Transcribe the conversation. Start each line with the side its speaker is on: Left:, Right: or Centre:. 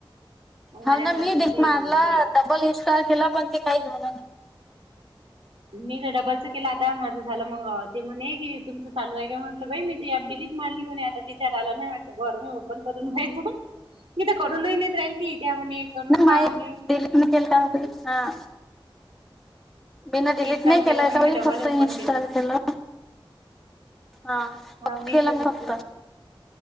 Right: मग
Centre: हा
Right: माझ्या
Centre: ना
Right: घराजवळची
Centre: मी डिलीट मारला
Right: एक बाई
Centre: डबल इन्स्टॉल केला पण ते काही झालं नाही
Right: मी तर डबलचं केलं आता माझं झालं मग ते म्हणे की तुमचं चालू आहे का म्हटलं बाई मी तर ॲप डिलीट मारली म्हणे आता तिच्यावर आला नाही म्हटलं बरं मी ओपन करून पाहिजे मी तर करूनही नेत राहील ती त्या म्हणे करून
Centre: ना
Right: पहा
Centre: माय
Right: म्हणे
Centre: डिलीट नाही केलं का? हा मी ना डिलीट
Right: इन्स्टॉल
Centre: नाही केलं
Right: केलं
Centre: याच्यावरही
Right: मग मी डबल
Centre: फक्त
Right: ओपन
Centre: इन्स्टॉल
Right: केलं
Centre: केलं हा
Right: हा मी
Centre: केला
Right: तसंच
Centre: मी फक्त
Right: केलं